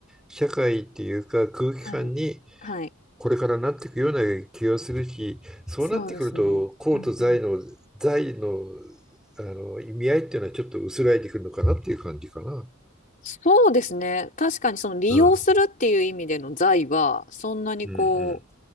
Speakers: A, in the centre; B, on the left.
A: 社会っていうか空気感に
B: はい。はい。
A: これからなっていくような気がするし、そうなってくると、
B: そうですね。
A: 公と財の、
B: うんうん。
A: 財の、あの意味合いっていうのはちょっと薄らいでくるのかなっていう感じかな。
B: そうですね。確かにその利用するっていう意味での財はそんなにこ
A: うん。うんうん。